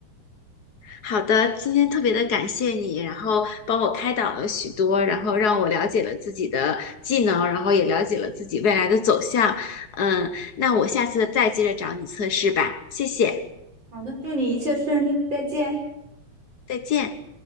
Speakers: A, on the left; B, on the right.
A: 好的，今天特别的感谢你，然后帮我开导了许多，然后让我了解了自己的技能，然后也了解了自己未来的走向。嗯，那我下次再接着找你测试吧，谢谢，
B: 好的，祝你再见。
A: 再见。